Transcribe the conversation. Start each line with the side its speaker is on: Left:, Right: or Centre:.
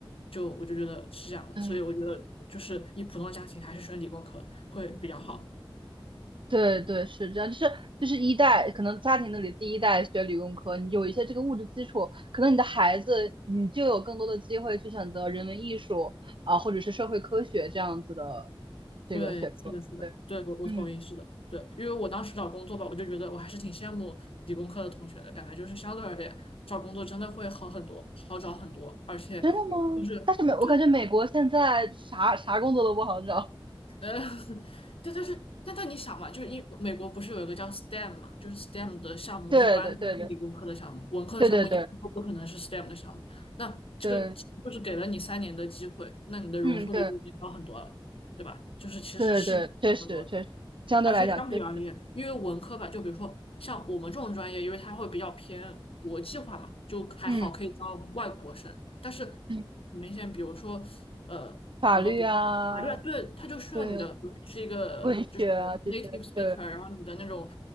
Left: 就我就觉得是这样的，
Right: 嗯
Left: 所以我觉得就是以普通家庭还是选理工科会比较好。
Right: 对对，是这样，就是就是一代，可能家庭那里第一代学理工科，你有一些这个物质基础，可能你的孩子你就有更多的机会去选择人文艺术啊，或者是社会科学这样子的这个学科，
Left: 对，是的，是的，
Right: 对，
Left: 对，我我同意，
Right: 嗯，
Left: 是的，对，因为我当时找工作吧，我就觉得我还是挺羡慕理工科的同学的，感觉就是相对而言找工作真的会好很多，好找很多，而且
Right: 真的吗？
Left: 就是。
Right: 但是美，我感觉美国现在啥啥工作都不好找，
Left: 对，呃，<laughs> 对，但是但但你想嘛，就是因美国不是有一个叫 STEM 嘛，就是 STEM 的项目一般都是理工科的项目，
Right: <laughs> 对对对对
Left: 文科的项目一般都不可能是
Right: 对对对
Left: STEM 的项目。那这个就是给了你三年的机会，
Right: 对，
Left: 那你的容错率就已经高很多了，
Right: 嗯，对。
Left: 对吧？就是其实是差不多的。
Right: 对对，确实确实，相对来讲确实，
Left: 而且相比而言，因为文科吧，就比如说像我们这种专业，因为它会比较偏国际化嘛，就还好可以招外国生。
Right: 嗯，
Left: 但是
Right: 嗯
Left: 很明显，比如说呃，
Right: 法律啊，
Left: 很多比如法律啊，对，它就需要你的比如你是一个就是
Right: 对，文学啊这些，
Left: native speaker，
Right: 对，
Left: 然后你的那种